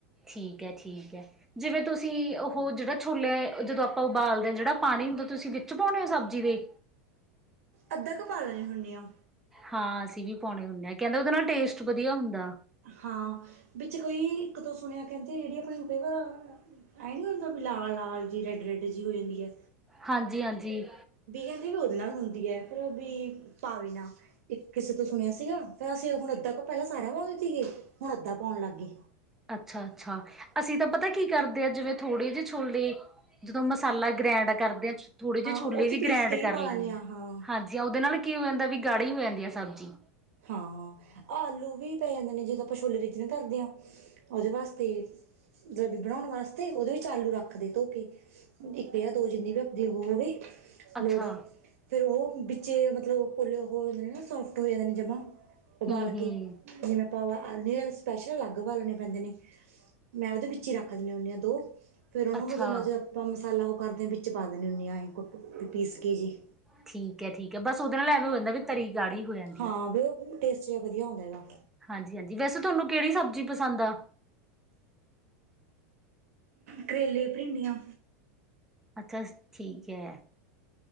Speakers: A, in the centre; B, on the right.
A: ਥੀਕ ਐ ਥੀਕ ਐ, ਜਿਵੇਂ ਤੁਸੀਂ ਉਹ ਜਿਹੜਾ ਛੋਲੇ, ਜਦੋਂ ਆਪਾਂ ਉਬਾਲਦੇ ਆ, ਜਿਹੜਾ ਪਾਣੀ ਹੁੰਦਾ ਤੁਸੀਂ ਕਿ ਚ ਪਾਉਣੇ ਹੋ ਸਬਜ਼ੀ ਦੇ?
B: ਅੱਧਾ ਕਾ ਪਾ ਲੈਣੀ ਹੁੰਨੀ ਆ।
A: ਹਾਂ, ਅਸੀਂ ਵੀ ਪਾਉਣੇ ਹੁੰਨੇ ਆ, ਕਹਿੰਦੇ ਉਹਦੇ ਨਾਲ ਟੇਸਟ ਵਧੀਆ ਹੁੰਦਾ।
B: ਹਾਂ ਵਿੱਚ ਕੋਈ ਇੱਕ ਤੋਂ ਸੁਣਿਆ, ਕਹਿੰਦੇ ਜਿਹੜੀ ਆਪਣੇ ਨੂੰ ਕਈ ਵਾਰ ਐ ਨੀ ਹੁੰਦਾ, ਵੀ ਲਾਲ ਲਾਲ ਜੀ ਰੈਡ ਰੈਡ ਜੀ ਹੋ ਜਾਂਦੀ ਐ।
A: ਹਾਂਜੀ ਹਾਂਜੀ।
B: ਵੀ ਕਹਿੰਦੇ ਵੀ ਉਹਦੇ ਨਾਲ ਹੁੰਦੀ ਐ ਫਿਰ ਵੀ ਪਾ ਵੈਨਾ। ਇੱਕ ਕਿਸੇ ਤੋਂ ਸੁਣਿਆ ਸੀਗਾ, ਫਰ ਅਸੀਂ ਹੁਣ ਅੱਧਾ ਕਾ ਪਹਿਲਾਂ ਸਾਰਾ ਪਾਉਂਦੇ ਤੀਗੇ, ਹੁਣ ਅੱਧਾ ਪਾਉਣ ਲੱਗ ਗੇ।
A: ਅੱਛਾ ਅੱਛਾ, ਅਸੀਂ ਤਾਂ ਪਤਾ ਕੀ ਕਰਦੇ ਆ, ਜਿਵੇਂ ਥੋੜੇ ਜੇ ਛੋਲੇ ਜਦੋਂ ਮਸਾਲਾ ਗ੍ਰੈਂਡ ਕਰਦੇ ਆ ਥੋੜੇ ਜਿਹੇ
B: ਹਾਂ
A: ਛੋਲੇ
B: ਉਹ ਚ
A: ਵੀ
B: ਪੀਸ
A: ਗ੍ਰੈਂਡ
B: ਕੇ
A: ਕਰ
B: ਪਾ
A: ਲੈਂਨੇ,
B: ਲੈਂਦੇ ਹਾਂ ਹਾਂ
A: ਹਾਂਜੀ ਉਹਦੇ ਨਾਲ ਕੀ ਹੋ ਜਾਂਦਾ ਵੀ ਗਾੜੀ ਹੋ ਜਾਂਦੀ ਆ ਸਬਜ਼ੀ।
B: ਹਾਂ, ਆ ਆਲੂ ਵੀ ਪੈ ਜਾਂਦੇ ਨੇ, ਜਦੋਂ ਆਪਾਂ ਛੋਲੇ ਰੀਜਨੇ ਧਰਦੇ ਆ ਉਹਦੇ ਵਾਸਤੇ ਜਬੀ ਬਣਾਉਣ ਵਾਸਤੇ, ਉਹਦੇ ਵਿੱਚ ਆਲੂ ਰੱਖਦੇ ਧੋ ਕੇ। ਇੱਕ ਜਾਂ ਦੋ ਜਿੰਨੀ ਵੀ ਆਪਦੀ ਉਹ ਹੋ ਵੇ।
A: ਅੱਛਾ
B: ਲੋੜ, ਫੇਰ ਉਹ ਵਿੱਚੇ ਮਤਲਬ ਪੋਲੇ ਉਹ ਹੋ ਜਾਦੇ ਨੇ ਨਾ ਸੋਫਟ ਹੋ ਜਾਂਦੇ ਨੇ ਜਮਾ। ਉਬਾਲ
A: ਹੂੰ ਹੂੰ
B: ਕੇ, ਜਿਵੇਂ ਆਪਾਂ ਉ ਆਲੇ ਸਪੈਸ਼ਲ ਅਲੱਗ ਉਬਾਲਣੇ ਪੈਂਦੇ ਨੇ। ਮੈਂ ਉਹਦੇ ਵਿੱਚ ਹੀ ਰੱਖ ਦੇਨੀ ਹੁੰਨੀ ਆ, ਦੋ। ਫਿਰ ਉਹਨੂੰ
A: ਅੱਛਾ
B: ਮਤਲਦਾ ਜੇ ਆਪਾਂ ਮਸਾਲਾ ਉਹ ਕਰਦੇ ਆ, ਵਿੱਚ ਪਾ ਦਿੰਦੇ ਹੁੰਦੇ ਆ ਕੁ ਪੀਸ ਕੇ ਜੇ।
A: ਠੀਕ ਐ ਠੀਕ ਐ, ਬਸ ਉਹਦੇ ਨਾਲ ਐਵੇਂ ਹੋ ਜਾਂਦਾ ਵੀ ਤਰੀ ਗਾੜੀ ਹੋ ਜਾਂ
B: ਹਾਂ, ਵੀ ਉਹ ਟੇਸਟ ਜਿਹਾ ਵਧੀਆ ਹੁੰਦਾ ਇਹਦਾ।
A: ਹਾਂਜੀ- ਹਾਂਜੀ, ਵੈਸੇ ਤੁਹਾਨੂੰ ਕਿਹੜੀ ਸਬਜ਼ੀ ਪਸੰਦ ਆ?
B: ਕਰੇਲੇ, ਭਿੰਡੀਆਂ।
A: ਅੱਛਾ, ਠੀਕ ਐ।